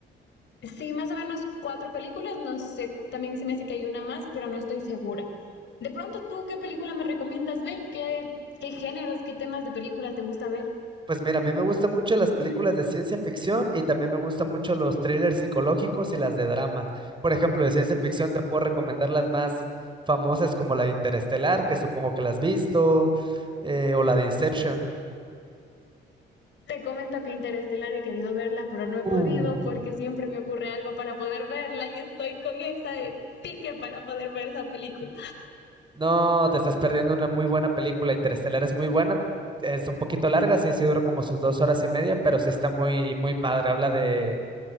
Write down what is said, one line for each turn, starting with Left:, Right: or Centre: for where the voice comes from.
Left: Sí, más o menos cuatro películas, no sé, también se me hace que hay una más, pero no estoy segura. De pronto, ¿tú qué película me recomiendas ver? ¿Qué, qué géneros, qué temas de películas te gusta ver?
Right: Pues mira, a mí me gustan mucho las películas de ciencia ficción y también me gustan mucho los thrillers psicológicos y las de drama. Por ejemplo, de ciencia ficción te puedo recomendar las más famosas como la de Interestelar, que supongo que la has visto, eh, o la de Inception.
Left: Te comento que Interestelar he querido verla, pero no he
Right: Uh.
Left: podido porque siempre me ocurre algo para poder verla y estoy con esa de pique para poder ver esa película.
Right: No, te estás perdiendo una muy buena película. Interestelar es muy buena. Es un poquito larga, sí, sí dura como sus dos horas y media, pero sí está muy, muy padre. Habla de,